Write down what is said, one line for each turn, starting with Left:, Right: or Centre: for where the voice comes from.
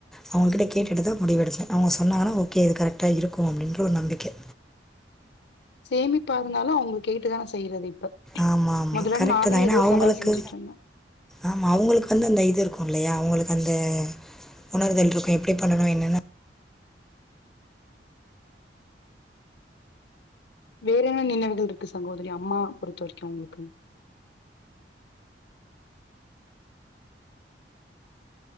Centre: அவுங்ககிட்ட கேட்டுட்டுதா முடிவு எடுப்பேன் அவுங்க சொன்னாங்கன்னா ஓகே இது கரெக்டா இருக்கு அப்படின்ற ஒரு நம்பிக்க
Left: சேமிப்பா இருந்தாலு அவுங்கள கேட்டுதானே செய்யறது இப்ப
Centre: ஆமாமா
Left: முதல்ல
Centre: கரெக்ட்டுதா
Left: நானே
Centre: ஏனா
Left: ஏதோ
Centre: அவுங்களுக்கு
Left: செலவு செஞ்சுட்டு இருந்தே
Centre: ஆமா அவுங்களுக்கு வந்து அந்த இது இருக்கு இல்லயா அவுங்களு அந்த உணர்தல் இருக்கு எப்டி பண்ணணு என்னனு
Left: வேற என்ன நினைவுகள் இருக்கு சகோதரி அம்மா பொறுத்த வரைக்கு உங்களுக்கு